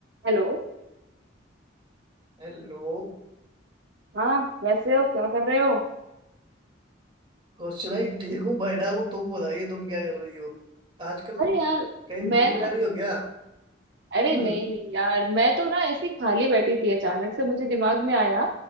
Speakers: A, on the right; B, on the right.
A: Hello
B: Hello
A: हाँ कैसे हो क्या कर रहे हो
B: Kaushik भाई ठीक हूँ बैठा हूँ तुम बताइए तुम क्या कर रही हो आजकल
A: अरे यार
B: कहीं बिजी
A: मैं ना
B: जा रही हो क्या
A: अरे
B: हम्म
A: नहीं नहीं यार मैं तो ना ऐसे ही खाली बैठी थी अचानक से मुझे दिमाग में आया